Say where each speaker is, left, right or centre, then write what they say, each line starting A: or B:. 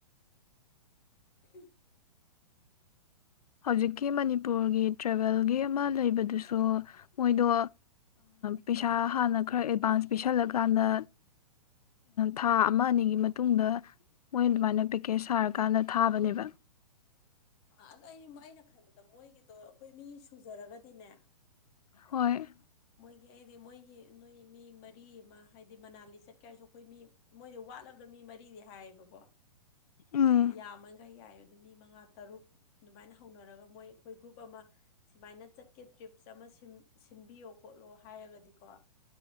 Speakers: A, on the left; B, on the left.
A: ꯎꯝ
B: ꯍꯧꯖꯤꯛꯀꯤ ꯃꯅꯤꯄꯨꯔꯒꯤ ꯇ꯭ꯔꯦꯚꯦꯜꯒꯤ ꯑꯃ ꯂꯩꯕꯗꯨꯁꯨ ꯃꯣꯏꯗꯣ ꯄꯩꯁꯥ ꯍꯥꯟꯅ ꯈꯔ ꯑꯦꯗꯚꯥꯟꯁ ꯄꯤꯁꯜꯂꯀꯥꯟꯗ ꯊꯥ ꯑꯃ ꯑꯅꯤꯒꯤ ꯃꯇꯨꯡꯗ ꯃꯣꯏ ꯑꯗꯨꯃꯥꯏꯅ ꯄꯦꯛꯀꯦꯖ ꯁꯥꯔꯀꯥꯟꯗ ꯊꯥꯕꯅꯦꯕ
A: ꯑꯗ ꯑꯩꯅ ꯑꯩꯅ ꯈꯟꯕꯗ ꯃꯣꯏ ꯗꯣ ꯑꯩꯈꯣꯏ ꯃꯤ ꯁꯨꯖꯔꯒꯗꯤꯅꯦ
B: ꯍꯣꯏ
A: ꯃꯣꯏꯒꯤ ꯑꯩꯗꯤ ꯃꯣꯏꯒꯤ ꯅꯣꯏ ꯃꯤ ꯃꯔꯤ ꯑꯃ ꯍꯥꯏꯗꯤ ꯃꯅꯥꯂꯤ ꯆꯠꯀꯦ ꯍꯥꯏꯔꯁꯨ ꯑꯩꯈꯣꯏ ꯃꯤ ꯃꯣꯏꯗꯤ ꯋꯥꯠꯂꯕꯗ ꯃꯤ ꯃꯔꯤꯗꯤ ꯍꯥꯏꯌꯦꯕꯀꯣ
B: ꯎꯝ
A: ꯌꯥꯃꯒꯩ ꯌꯥꯏꯌꯦꯕ ꯑꯗꯨ ꯃꯤ ꯃꯉꯥ ꯇꯔꯨꯛ ꯑꯗꯨꯃꯥꯏꯅ ꯍꯧꯅꯔꯒ ꯃꯣꯏ ꯑꯩꯈꯣꯏ ꯒ꯭ꯔꯨꯞ ꯑꯃ ꯁꯨꯃꯥꯏꯅ ꯆꯠꯀꯦ ꯇ꯭ꯔꯤꯞꯁ ꯑꯃ ꯁꯤꯟꯕꯤꯌꯣ ꯈꯣꯠꯂꯣ ꯍꯥꯏꯔꯒꯗꯤꯀꯣ